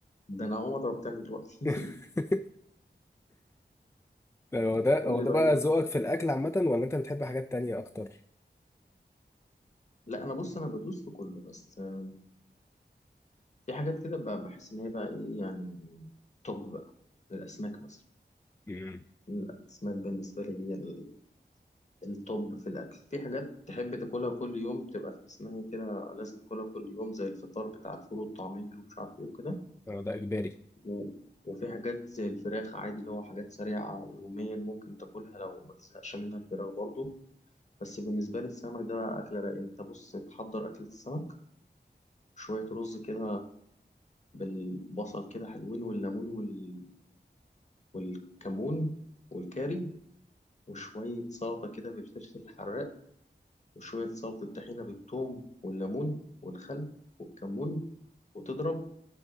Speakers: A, on the left (about 40°); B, on the left (about 15°).
A: ده أنا هقوم أضرب تاني دلوقتي
B: <laughs> هو
A: <laughs>
B: ده
A: قول
B: هو
A: لي
B: ده
A: بقى
B: بقى
A: ليه
B: ذوقك في الاكل عامه ولا انت بتحب حاجات تانية اكتر
A: لا أنا بص أنا بدوس في كله بس آه، في حاجات كده ب- بحس إن هي بقى إيه يعني توب بقى الأسماك مثلا
B: امم
A: الأسماك بالنسبة لي هي ال- التوب في الأكل في حاجات تحب تاكلها كل يوم تبقى تحس إن هي كده لازم تاكلها كل يوم زي الفطار بتاع الفول والطعمية ومش عارف إيه وكده
B: هو ده اجباري
A: و- وفي حاجات زي الفراخ عادي اللي هو حاجات سريعة يوميا ممكن تاكلها لو ما تزهقش منها الفراخ برضو بس بالنسبة للسمك ده بقى أكلة رايقة أنت بص تحضر أكلة السمك شوية رز كده بالبصل كده حلوين والليمون وال... والكمون والكاري وشوية سلطة كده بالفلفل الحراق وشوية سلطة طحينة بالثوم والليمون والخل والكمون وتضرب